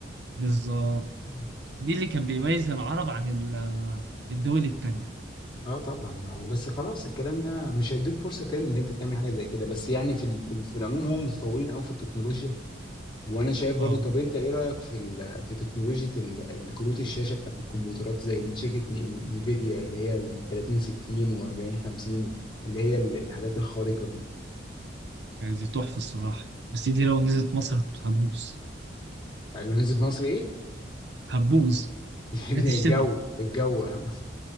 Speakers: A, on the right; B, on the left.
A: بالظبط
B: مم.
A: دي اللي كان بيميز العرب عن ال- الدول التانية
B: اه طبعا آه، بس خلاص الكلام ده مش هيديك فرصه تاني ان انت تعمل حاجه زي كده بس يعني في ال- في ال- في العموم هم متطورين قوي في التكنولوجيا وانا شايف برضو
A: اه
B: طب انت ايه رايك في ال- في تكنولوجيا ال- الكروت الشاشه بتاعت الكمبيوترات زي من شركه ن- نيفيديا اللي هي ال 30 60 و40 50 اللي هي ال- الحاجات الخارقه دي
A: يعني دي تحفة الصراحة بس دي لو نزلت مصر هتبوظ
B: اللي نزلت مصر ايه
A: هتبوظ
B: <laughs> الجو
A: هتشتمنا
B: الجو ها